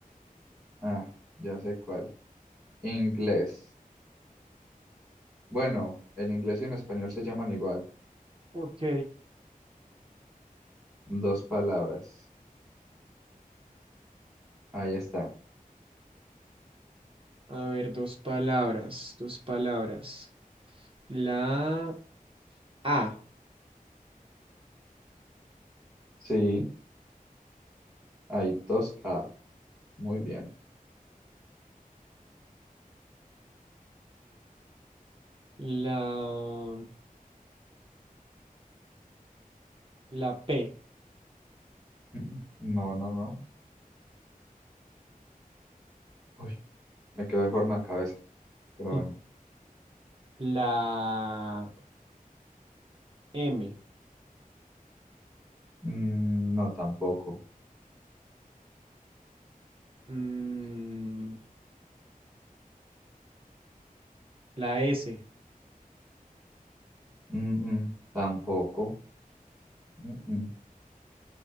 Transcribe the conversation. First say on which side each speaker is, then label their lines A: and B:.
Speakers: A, on the right; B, on the right.
A: ah, ya sé cuál. Inglés. Bueno, en inglés y en español se llaman igual.
B: Ok.
A: Dos palabras. Ahí está.
B: A ver, dos palabras, dos palabras. La A,
A: Sí, hay dos A. Muy bien.
B: la, la P,
A: <laughs> Mm, No, no, no. Uy, me quedó de forma de cabeza, pero
B: <laughs>
A: bueno.
B: la M,
A: Mm, no, tampoco.
B: mm, la S,
A: Mm, mm, tampoco. Mm, mm.